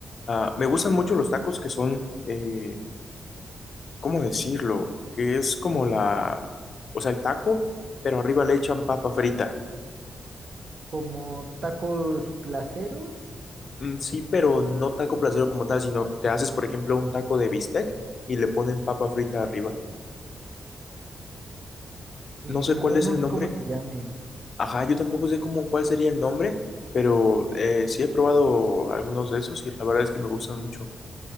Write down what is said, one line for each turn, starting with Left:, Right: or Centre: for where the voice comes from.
Left: ah, me gustan mucho los tacos que son, eh, ¿cómo decirlo? Que es como la, o sea, el taco, pero arriba le echan papa frita.
Right: Como tacos placeros,
Left: Mm, sí, pero no taco placero como tal, sino te haces, por ejemplo, un taco de bistec y le ponen papa frita arriba.
Right: eh,
Left: No sé
Right: no,
Left: cuál es
Right: no
Left: el
Right: sé
Left: nombre.
Right: cómo se llamen.
Left: Ajá, yo tampoco sé cómo, cuál sería el nombre, pero eh, sí he probado algunos de esos y la verdad es que me gustan mucho.